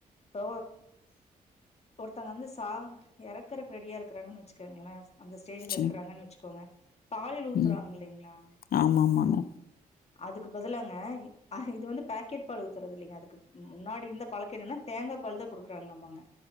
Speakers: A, on the left (about 40°); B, on the left (about 70°).
A: போ ஒர்த்தங்க வந்து சா எறக்குறக்கு ரெடியா இருக்குறாங்கன்னு வெச்சுக்கோங்ளே அந்த ஸ்டேஜில
B: சரி.
A: இருக்குறாங்கன் வெச்சுக்கோங்க பால் ஊத்துறாங்க
B: ம்.
A: இல்லைங்ளா
B: ஆமாமாங்க.
A: அதுக்கு பதிலாங்க இது வந்து பாக்கெட் பால் ஊத்துறது இல்லைங்க அதுக்கு முன்னாடி இருந்த பழக்கு என்னனா தேங்கா பால் தா குடுக்றாங்ளாமா அங்க